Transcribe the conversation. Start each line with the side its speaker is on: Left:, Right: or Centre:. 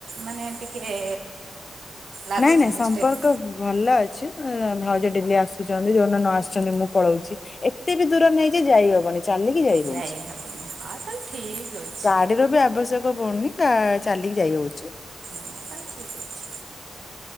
Right: ମାନେ ଟିକେ। ଲାଗୁଛି
Left: ନାଇଁ ନାଇଁ
Right: ମିଷ୍ଟେକ୍
Left: ସମ୍ପର୍କ ଭଲ ଅଛି। ଏ ଭାଉଜ ଡେଲି ଆସୁଛନ୍ତି ଯୋଉ ଦିନ ନ ଆସିଛନ୍ତି ମୁଁ ପଳଉଛି ଏତେ ବି ଦୂର ନୂଅ ଯେ ଯାଇ ହବନି। ଚାଲିକି
Right: ଯାଇ
Left: ହଉଛି।
Right: ହବନି ଆଉ ତାହେଲେ ଠିକ ଅଛି।
Left: ଗାଡିର ବି ଆବଶ୍ୟକ ପଡୁନି ଗା ଚାଲିକି ଯାଇ ହଉଛି।
Right: ହଁ ତାହେଲେ ଠିକ ଅଛି।